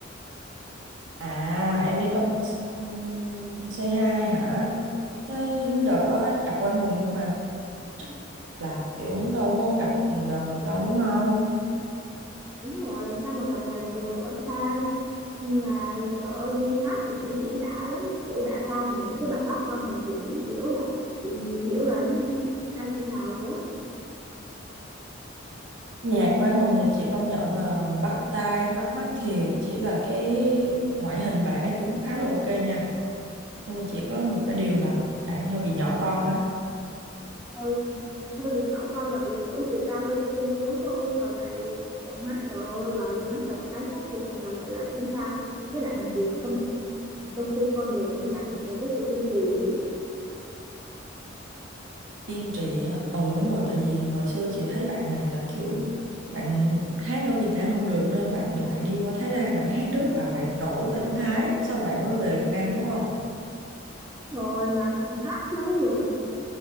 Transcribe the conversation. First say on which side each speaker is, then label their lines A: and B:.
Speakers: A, on the right (about 65°); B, on the right (about 15°).
A: à em đi con ừm, c hai hả thế
B: ừ.
A: đợt đó em gặp Quang Hùng nhưng mà chắc là kiểu đâu có gặp gần được đâu đúng không
B: đúng rồi làm sao mà gặp gần được ở xa nhưng mà trời ơi nghe hát và biểu diễn đã lắm kiểu đã tai mà những cái bài hát Quang Hùng thì chị biểu là chị hiểu là nó hai cỡ nào rồi
A: Nhạc Quang Hùng thì chị công nhận là bắt tai, bắt mắt thiệt, chỉ là cái ngoại hình bạn ấy cũng khá là ok nha. Nhưng mà chỉ có một cái
B: đó
A: điều là bạn hơi bị nhỏ con á,
B: ừ, hơi bị nhỏ con và bị kiểu chiều cao hơi bị khiêm tốn thôi còn lại giọng hát trời ơi và giọng hát và sáng tác của bạn là gọi là đỉnh cao với lại một điều mà khâm phục trong cái con đường âm nhạc của bạn là cái sự kiên trì á chị
A: kiên trì á. Ừ đúng rồi, tại vì hồi xưa chị thấy bạn này là kiểu bạn hát ở Việt Nam không được nên bạn lại đi qua Thái Lan bạn hát trước và bạn nổi bên Thái, xong bạn mới về Việt Nam đúng không?
B: rồi mà bạn hát lâu rồi bạn